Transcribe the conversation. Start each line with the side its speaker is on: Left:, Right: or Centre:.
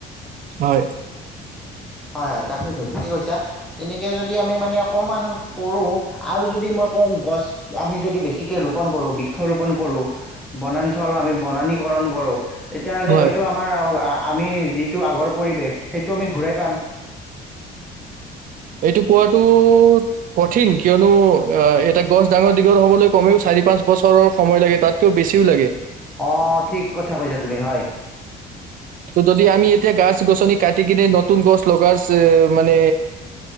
Right: হয়।
Centre: হয়, হয় তাকেইটো ঠিকেই কৈছা তেনেকৈ যদি আমি মানে অকণমান কৰোঁ আৰু যদি মই কওঁ গছ আমি যদি বেছিকৈ ৰোপণ কৰোঁ বৃক্ষৰোপণ কৰোঁ বনাঞ্চল আমি বননীকৰণ কৰোঁ তেতিয়াহ'লে
Right: হয়
Centre: হয়তো আমাৰ অ', আ আমি যিটো আগৰ পৰিৱেশ সেইটো আমি ঘূৰাই পাম।
Right: এইটো পোৱাটো কঠিন কিয়নো অহ, এটা গছ ডাঙৰ দীঘল হ'বলৈ কমেও চাৰি পাঁচ বছৰৰ সময় লাগে তাতকেও বেছিও লাগে।
Centre: অ', ঠিক কথা কৈছা তুমি, হয়।
Right: ত' যদি আমি এতিয়া গাছ গছনি কাটি কিনে নতুন গছ লগাৰ মানে